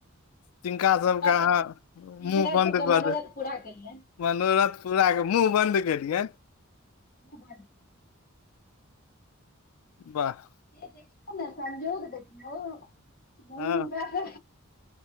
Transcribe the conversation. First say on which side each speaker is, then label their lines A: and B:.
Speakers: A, on the left; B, on the left.
A: तिनका
B: हिनका
A: अहाँ
B: सबके हिनका
A: मुँह बन्द
B: सबके
A: कऽ
B: मनोरथ
A: दे
B: पूरा कियलनि
A: मनोरथ पुराके मुँह बन्द केलियनि
B: मुँह बन्द
A: वाह
B: जे देखियो ने संजोग देखियो मुन
A: हँ
B: हुनका